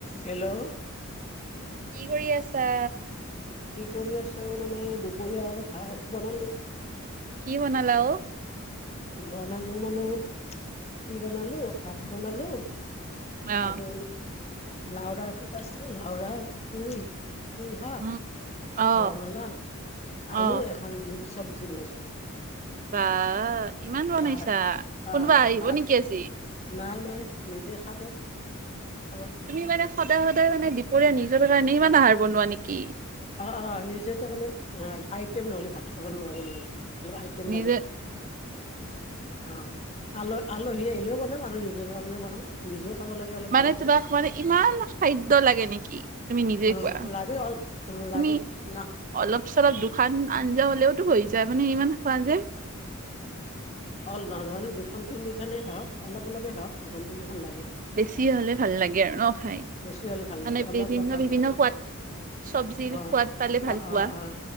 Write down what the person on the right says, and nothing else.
কি কৰি আছা?
কি বনালা অ?
অ',
উম, অ',
অ',
বা ইমান বনাইছা,
কোনোবা
আহিব
নেকি আজি?
তুমি মানে সদায় সদায় মানে দীপৰীয়া নিজৰ কাৰণে ইমান আহাৰ বনোৱা নেকি
নিজে
মানে
তোমাক মানে ইমান খাদ্য লাগে নেকি তুমি নিজে
কোৱা,
তুমি
অলপ চলপ দুখান আঞ্জা হলেওতো হৈ যায় মানে ইমান খোৱা যে
বেছি হ'লে ভাল লাগে আৰু ন খাই
মানে
বিভিন্ন
বিভিন্ন
সোৱাদ চব্জিৰ
সোৱাদ পালে
ভাল পোৱা